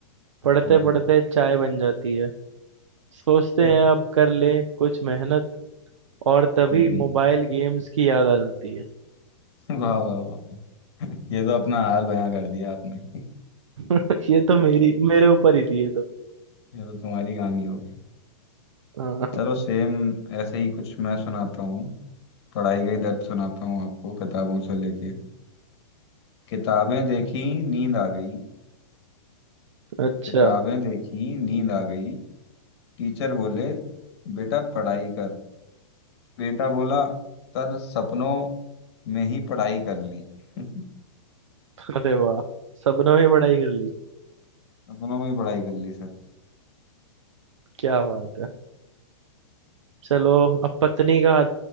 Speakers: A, on the right; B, on the left.
A: पढ़ते
B: हम्म
A: पढ़ते चाय बन जाती है सोचते
B: हम्म
A: हैं अब कर लें कुछ मेहनत और तभी
B: हम्म,
A: मोबाइल गेम्स की याद आ जाती है
B: हम्म। वाह वाह वाह ये तो अपना हाल बयां कर दिया आपने
A: <laughs> ये तो मेरी मेरे ऊपर ही थी ये तो
B: ये तो तुम्हारी कहानी होगी
A: हाँ
B: चलो सेम ऐसे ही कुछ मैं सुनाता हूँ पढ़ाई का ही दर्द सुनाता हूँ आपको किताबों से लेके किताबें देखी नींद आ गई
A: अच्छा
B: किताबें देखी नींद आ गई टीचर बोले बेटा पढ़ाई कर बेटा बोला सर सपनों में ही पढ़ाई कर ली <laughs>
A: अरे वाह सबने ही पढ़ाई कर ली
B: सपनों में ही पढ़ाई कर ली सर
A: क्या बात है चलो अब पत्नी का